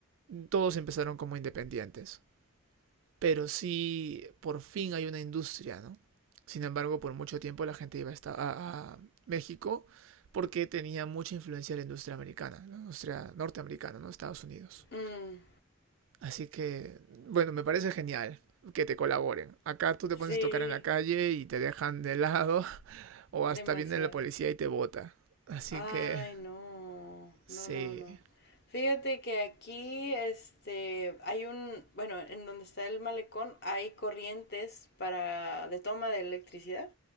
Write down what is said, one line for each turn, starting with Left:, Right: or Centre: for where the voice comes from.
Right: Todos empezaron como independientes. pero sí por fin hay una industria, ¿no? Sin embargo, por mucho tiempo la gente iba a, esta- a- a México porque tenía mucha influencia de la industria americana, la industria norteamericana, ¿no? Estados Unidos.
Left: Mm,
Right: Así que, bueno, me parece genial que te colaboren. Acá tú te pones
Left: sí,
Right: a tocar en la calle y te dejan de lado <laughs> o
Left: demasiado.
Right: hasta viene la policía y te bota. Así
Left: Ay,
Right: que,
Left: no, no,
Right: sí.
Left: no, no. Fíjate que aquí, este, hay un, bueno, en donde está el malecón hay corrientes para de toma de electricidad.